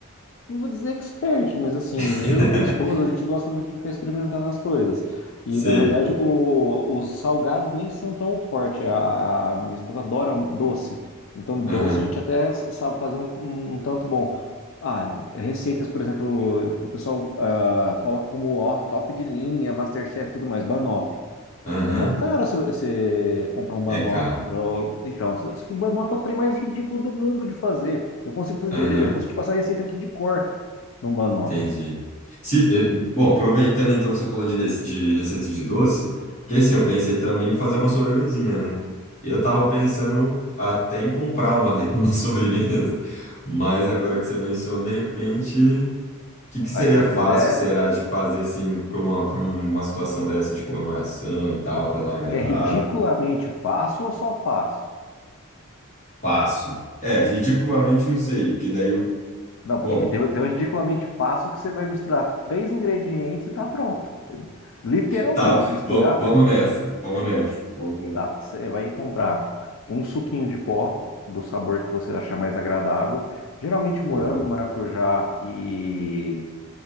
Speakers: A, on the left (about 60°); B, on the left (about 35°).
A: não vou dizer expert, mas assim,
B: <laughs>
A: eu e minha esposa, a gente gosta muito de ficar experimentando as coisas. E
B: Sei.
A: na verdade, o- os salgados nem são tão fortes. A, a minha esposa adora doce. Então, doce
B: Aham.
A: a gente até s- sabe fazer um, um- um tanto bom. Ah, receitas, por exemplo, o pessoal ah, coloca como ó, top de linha, Masterchef e tudo mais, banoffee.
B: Aham.
A: É mó caro você você comprar um banoffee.
B: É caro.
A: pra- Então, só só que Banoff é o trem mais ridículo do mundo de fazer. Eu consigo fazer,
B: Aham.
A: de- eu consigo te passar a receita aqui de cor num banoffee.
B: Entendi. Se, eh, bom, aproveitando então que você falou de, rece- de receita de doce, porque assim, eu pensei também em fazer uma sobremesinha, né? Eu tava pensando até em comprar uma, re- <laughs> uma sobremesa, mas agora que você mencionou, de repente, o que, que
A: Aí,
B: seria
A: se você
B: fácil,
A: quiser,
B: será, de fazer assim para uma, para uma situação dessa de comemoração e tal, para dar uma agradada?
A: você quer ridiculamente fácil ou só fácil?
B: Fácil. É, ridiculamente não sei, porque daí eu.
A: Não,
B: Bom,
A: porque tem, tem o ridiculamente fácil que você vai misturar três ingredientes e tá pronto. Literalmente,
B: tá,
A: misturar.
B: va- vamos
A: tr-
B: nessa, vamos nessa, vamos nessa.
A: Tá, você vai comprar um suquinho de pó do sabor que você achar mais agradável. Geralmente morango,
B: Boa,
A: maracujá e